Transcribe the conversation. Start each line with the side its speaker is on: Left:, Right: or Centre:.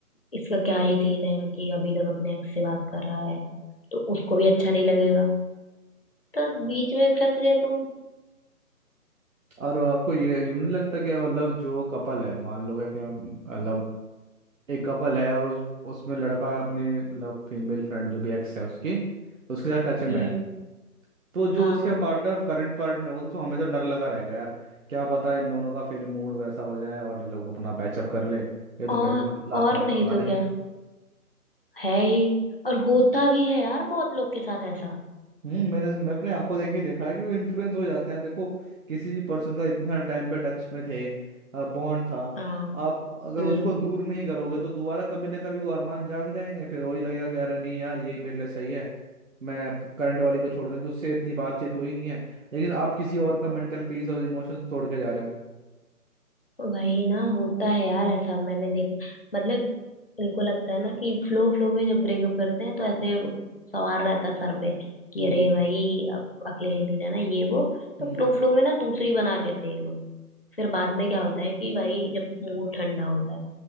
Left: इसका क्या ही सीन है कि अभी तक अपने एक्स से बात कर रहा है तो उसको भी अच्छा नहीं लगेगा तो बीच में फंस गए तुम
Right: और आपको ये यूं नहीं लगता कि मतलब जो कपल है मान लो क्या क्या मतलब एक कपल है और उस, उसमें लड़का अपनी मतलब फीमेल फ्रेंड जो भी एक्स है उसकी उसके साथ टच में
Left: हम्म
Right: है तो जो
Left: हाँ
Right: उसका पार्टनर करंट पार्टनर होगा तो उसको हमेशा डर लगा रहेगा यार क्या पता इन दोनों का फिर मूड वैसा हो जाए और ये लोग अपना पैचअप कर ले ये तो
Left: और
Right: मेरे को लात
Left: और
Right: मार
Left: नहीं
Right: के भगा
Left: तो
Right: देंगे
Left: क्या है ही और होता भी है यार बहुत लोग के साथ ऐसा
Right: हम्म मैंने मैं अपने आंखों देख के देखा है कि वो इन्फ्लुएंस हो जाते हैं देखो किसी भी पर्सन का इतना टाइम पे टच में थे बॉन्ड था
Left: हाँ
Right: आप अगर
Left: हम्म
Right: उसको दूर नहीं करोगे तो दोबारा कभी ना कभी वो अरमान जाग जाएंगे फिर वही लगेगा कि अरे नहीं यार यही मेरे लिए सही है मैं करंट वाली को छोड़ दूं कि उससे इतनी बातचीत हुई नहीं है लेकिन आप किसी और का मेंटल पीस और इमोशंस तोड़ के जा रहे हो
Left: वही ना होता है यार ऐसा मैंने देखा मतलब इनको लगता है ना कि फ्लो फ्लो में जब ब्रेकअप करते हैं तो ऐसे सवार रहता है सर पे कि
Right: हम्म
Left: अरे भाई अब अकेले नहीं रहना ये वो तो
Right: हम्म
Left: फ्लो फ्लो में ना दूसरी बना लेते हैं ये लोग फिर बाद में क्या होता है कि भाई जब मूड ठंडा होता है